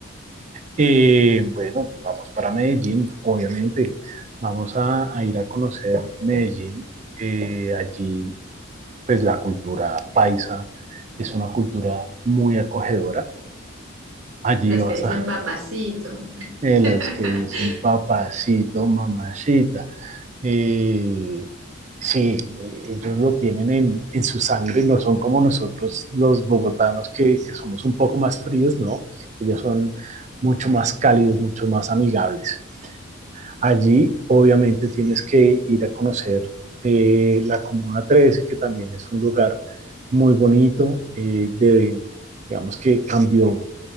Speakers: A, on the right; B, on the right.
A: Eh, bueno, vamos para Medellín, obviamente. Vamos a, a ir a conocer Medellín. Eh, allí, pues la cultura paisa es una cultura muy acogedora. Allí
B: las
A: vas
B: que dicen
A: a
B: papacito. <laughs>
A: eh, los que dicen papacito, mamacita. Eh, sí, eh, ellos lo tienen en, en su sangre, no son como nosotros los bogotanos que, que somos un poco más fríos, no. Ellos son mucho más cálidos, mucho más amigables. Allí obviamente tienes que ir a conocer eh, la Comuna 13, que también es un lugar muy bonito, eh, de, digamos que cambió